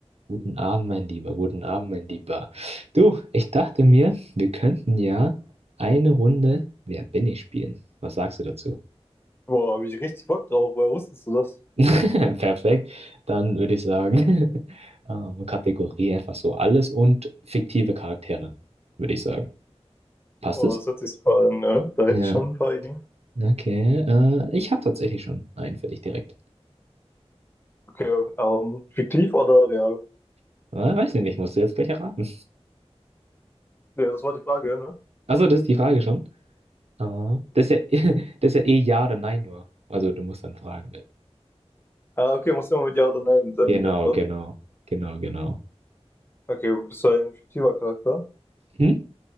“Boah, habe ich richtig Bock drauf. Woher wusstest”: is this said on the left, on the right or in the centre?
Left